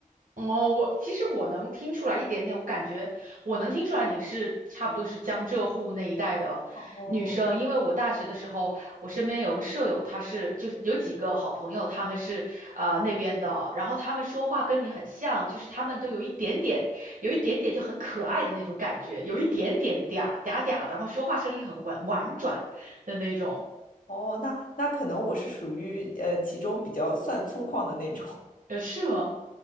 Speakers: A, on the right (about 70°); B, on the left (about 70°).
A: 哦，我其实我能听出来一点点，我感觉我能听出来你是差不多是江浙沪那一带的女生，
B: <laughs> 哦
A: 因为我大学的时候，我身边有个舍友，她是就有几个好朋友，他们是呃那边的，然后他们说话跟你很像，就是他们都有一点点，有一点点就很可爱的那种感觉，有一点点嗲嗲嗲的，然后说话声音很婉婉转的那种，
B: 哦，那那可能我是属于呃其中比较算粗犷的那种。
A: 呃，是吗？